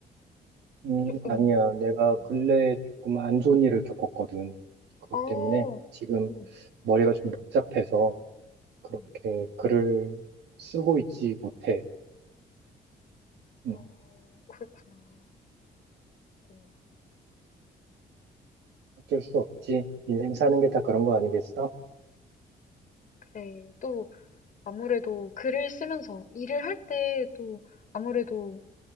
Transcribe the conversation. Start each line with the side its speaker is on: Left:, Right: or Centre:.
Right: 음,
Left: 조금,
Right: 아니야. 내가
Left: 음.
Right: 근래에 조금 안 좋은 일을 겪었거든. 그것
Left: 어.
Right: 때문에 지금
Left: 음.
Right: 머리가 좀 복잡해서 그렇게
Left: 음.
Right: 글을 쓰고 있지 못해. 음,
Left: 어 그렇구나. 어
Right: 어쩔 수 없지. 인생 사는 게 다 그런 거 아니겠어?
Left: 그래. 또 아무래도 글을 쓰면서 일을 할 때 또 아무래도